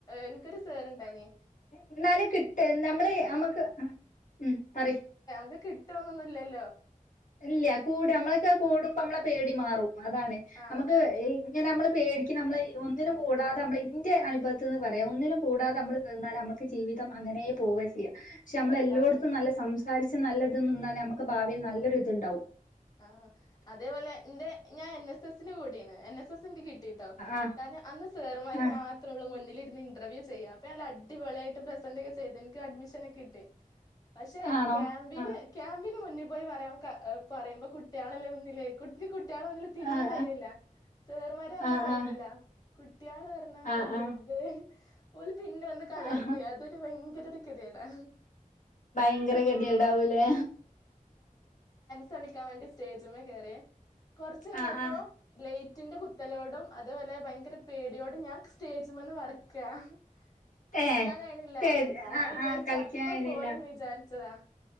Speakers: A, on the left; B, on the left.
A: എനിക്കൊരു സാർണ്ടായിനി
B: എന്നാനി കിട്ടൈ നമ്മള് നമ്മക്ക് ഉം പറി
A: അത് കിട്ടുവന്നൊന്നും ഇല്ലല്ലോ
B: എല്ല്യ കൂട നമ്മളൊക്കെ കൂടുമ്പോ നമ്മളെ പേടി മാറും അതാണ്
A: ആ
B: നമ്മക്ക് ഇങ്ങന നമ്മള് പേടിക്ക് നമ്മൾ ഒന്നിലും കൂടാതെ നമ്മൾ ഇൻ്റെ അനുഭവത്തിന്ന് പറയാ ഒന്നിലും കൂടാതെ നമ്മൾ നിന്നാൽ നമ്മൾക്ക് ജീവിതം അങ്ങനെ പോവുകെ ചെയ്യാ പക്ഷെ
A: ഉം,
B: നമ്മള്
A: ഇതാണ്
B: എല്ലോടുത്തും നല്ല സംസ് സാരിച്ച് നല്ലത് ന്ന് നിന്നാൽ നമുക്ക് ഭാവിയിൽ നല്ലൊരു ത്ണ്ടാവും
A: അ അതേപോലെ എന്റെ ഞാൻ എൻ എസ് എസ് സിന്റെ കൂടെയാണ് എൻ. എസ്. എസിന്റെ കി ട്ടീട്ടോ
B: ആഹ്
A: കാരണം അന്ന് സേർമാര്
B: ആഹ്
A: മാത്രള്ളു മുന്നിൽ ഇരു ത്തി ഇന്റർവ്യൂ ചെയ്യാൻ അപ്പൊ നല്ല അടിപൊളിയായിട്ട് പ്രസന്റ് ഒക്കെ ചെയ്ത് എനിക്ക്‌ അഡ്മിഷനൊക്കെ കിട്ടി. പക്ഷെ
B: ആണോ
A: ക്യാമ്പിന്
B: ആഹ്
A: ക്യാമ്പിന് മുന്നേ പോയി പറയാം ക അ പറയുമ്പോ കുട്ടിയാളല്ലേ മുന്നില് കുട്ടി കു കുട്ട്യോളാണെങ്കി തിരിയെ
B: ആഹ്
A: ധര്യല്ല സേർമാരെ ആവുമ്പോ
B: ആഹ് ആഹ്
A: കൊഴപ്പോല്ല
B: ആഹ്
A: കുട്ട് കുട്ടികള് പറഞ്ഞ്
B: ആഹ്
A: എന്റെ
B: ആഹ്
A: റബ്ബേ ഒല് പിന്നെ വന്ന് കളിയാക്കുവേ
B: ആഹ്
A: അതൊരു ഭയങ അതൊരു കെദേടാ
B: ഭയങ്കര ഗതികെടാവൂലേ
A: ത ളിക്കാൻ വേണ്ടി സ്റ്റേജ്മേ കെറിയെ കുറച്ച് കഴിഞ്ഞപ്പോ
B: ആഹ് ആഹ്
A: ലേറ്റ് റ്റിന്റെ കുത്തലോടും അതേപോലെ ഭയങ്കര പേടിയോടും ഞാൻ സ്റ്റേജ്മെന്ന് വറക്കുഅ കളിക്കാൻ
B: ഏഹ്
A: കഴിണില്ല
B: ശരി
A: ഞാൻ
B: ആഹ്
A: വിചാരിച്ച്
B: ആഹ് കളിക്കാനില്ല
A: അപ്പ പോയിന്ന് വിചാരിച്ചതാ